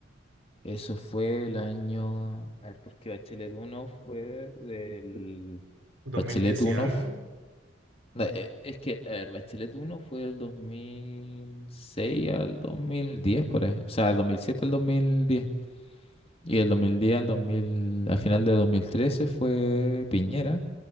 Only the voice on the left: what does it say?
eso fue el año. A ver, porque Bachelet 1 fue del.
Bachelet
1
fu- no, eh, es que, a ver, Bachelet 1 fue del 2006 al 2010 por ahí. O sea, del 2007 al dos mil diez Y el 2010 al 2000, al final de 2013 fue Piñera.